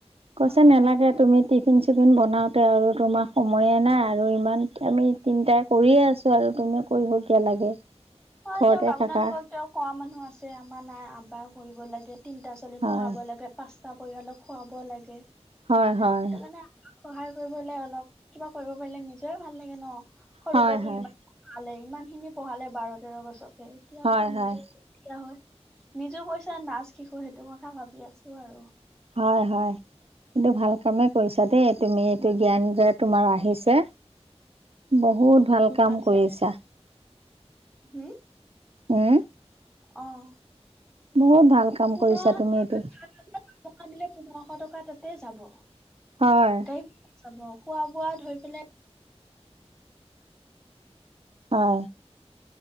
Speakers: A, on the right; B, in the centre.
A: কৈছে
B: অ
A: নেলাগে তুমি টিফিন চিফিন বনাওঁতে আৰু তোমাক সময়ে নাই আৰু ইমান আমি তিনটাই কৰিয়ে আছোঁ, আৰু তুমিও কৰিব কিয় লাগে?
B: হয়,
A: ঘৰতে
B: দিয়ক আপোনালোকক
A: থাকা
B: তেওঁ কোৱা মানুহ আছে, আমাৰ নাই আবাৰ কৰিবই লাগে। তিনিটা ছোৱালী
A: হয়
B: পঢ়াব লাগে, পাঁচটা পৰিয়ালক খুৱাব লাগে।
A: হয়, হয়।
B: সেইটো কাৰণে আমাক সহায় কৰিবলে অলপ, কিবা কৰিব পাৰিলে নিজৰে ভাল লাগে ন? সৰু
A: হয়
B: পৰাটো
A: হয়
B: ইমান <unintelligible> ইমান খিনি পঢ়ালে বাৰত তেৰ বছৰ। এতিয়া
A: হয়
B: বোলো নিজে
A: হয়
B: <unintelligible> নিজো পইচা নাচ শিঁকো‌, সেইটো কথা ভাবি আছোঁ আৰু।
A: হয়, হয় সেইটো ভাল কামে কৰিছা দেই তুমি এইটো জ্ঞান যে, তোমাৰ আহিছে বহুত ভাল কাম
B: দিলে
A: কৰিছা।
B: হম
A: উম।
B: অ'।
A: <unintelligible>
B: পোন্ধ
A: কৰিছা
B: দিলে
A: তুমি
B: <unintelligible>
A: এইটো
B: পোন্ধৰশ টকা তে, যাব। গাড়ীত
A: হয়
B: যাব, খোৱা বোৱাত ধৰি পেলাই
A: অ'।